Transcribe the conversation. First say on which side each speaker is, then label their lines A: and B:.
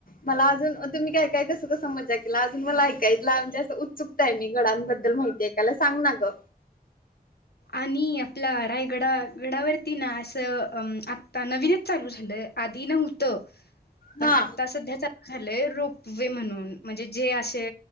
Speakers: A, on the left; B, on the left.
A: मला अजून तुम्ही काय काय कसं कसं मज्जा केला अजून मला ऐकायला म्हणजे असं उत्सुकता आहे मी गडांबद्दल माहिती ऐकायला सांग ना ग
B: आणि आपला रायगडा गडावरती ना असं अ आता नवीनच चालू झाल आधी नव्हतं पण
A: हा
B: आत्ता सध्याचा झालय रोपवे म्हणून म्हणजे जे असे